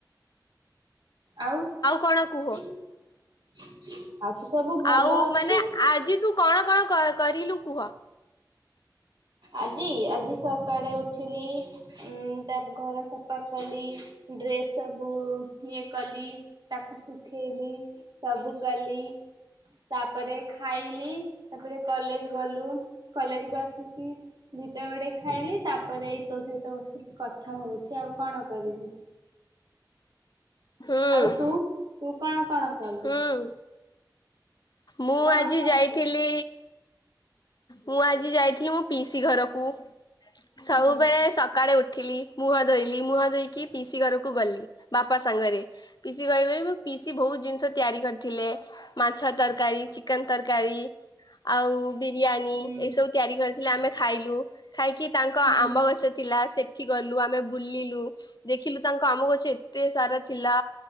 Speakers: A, on the right; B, on the left.
A: ଆଉ
B: କଣ କୁହ?
A: <inaudible> ଆଉ ତ ସବୁ ଭଲ
B: ଆଉ
A: ଅଛି
B: ମାନେ ଆଜି ତୁ କଣ କଣ କରିଲୁ କୁହ?
A: ଆଜି ଆଜି ସକାଳେ ଉଠିଲି ଉ ତା ଘର ସଫା କଲି ଡ୍ରେସ୍ ସବୁ ଇଏ କଲି ତାକୁ ଶୁଖି ଛବିଶ ସବୁ କାଲି ତା ପରେ ଖାଇଲି। ତାପରେ କଲେଜ ଗଲୁ କଲେଜ ବସ। ଦୁଟା ବଡେ ଖାଇଲି ତାପରେ ତୋ ସହିତ ବସିକି କଥା ହଉଛି ଆଉ କଣ କରିବି।
B: ହୁଁ
A: ଆଉ ତୁୁ କଣ କଣ କଲୁ?
B: ହୁଁ ମୁଁ
A: କଣ
B: ଆଜି
A: କଣ
B: ଯାଇଥିଲି।
A: କଲୁ
B: ମୁଁ ଆଜି ଯାଇଥିଲି ମୋ ପିଇସି ଘରକୁ ସବୁବେଳେ
A: ହୁଁ।
B: ସକାଳେ ଉଠ ମୁହ ଧୋଇିଲ ମୁହାଁ ଦେଇକି ପିସି କ ଗଲି ବାପା ସାଙ୍ଗରେ ପିସି କହଗଲେ ପି ବହୁତ ଜିନିଷ ତିଆରି କରିଥିଲେ ମାଛ ତରକାରୀ ଚିକେନ ତରକାରୀ ଆଉ ବିରିୟାନୀ
A: ହୁଁ
B: ଏଇ ସବୁ ତିଆରି କରିଥିଲେ ଆମେ ଖାଇଲୁ। ଖାଇକି ତାଙ୍କ
A: ହୁଁ
B: ଆମ୍ବ ଗଛ ଥିଲା ସେ ଏଠି ଗଲୁ ଆମେ ବୁଲିଲୁ ଦେଖିଲୁ ତାଙ୍କ ଆମ ଗଛ ଏତେ ସାରା ଥିଲା